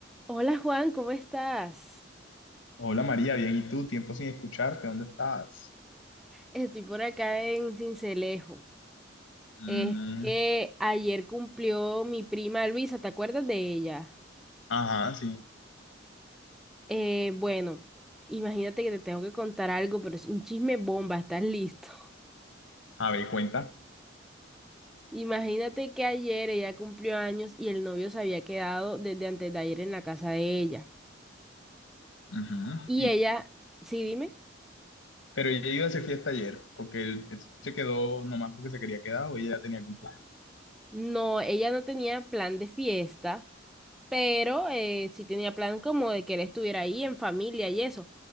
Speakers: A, in the centre; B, on the left.
A: Hola Juan, ¿cómo estás?
B: Hola María, bien, ¿y tú? Tiempo sin escucharte, ¿dónde estabas?
A: Estoy por acá en Cincelejo.
B: Mm,
A: Es que ayer cumplió mi prima Luisa, ¿te acuerdas de ella?
B: ajá, sí.
A: Eh, bueno, imagínate que te tengo que contar algo, pero es un chisme bomba, ¿estás listo?
B: A ver, cuenta.
A: <laughs> Imagínate que ayer ella cumplió años y el novio se había quedado desde antes de ayer en la casa de ella.
B: Ujú.
A: Y
B: Y,
A: ella, sí, dime,
B: pero ella iba a hacer fiesta ayer, porque él, él se quedó nomás porque se quería quedar o ella ya tenía algún
A: no, ella no tenía plan de fiesta. pero eh, sí tenía plan como de que él estuviera ahí en familia y eso.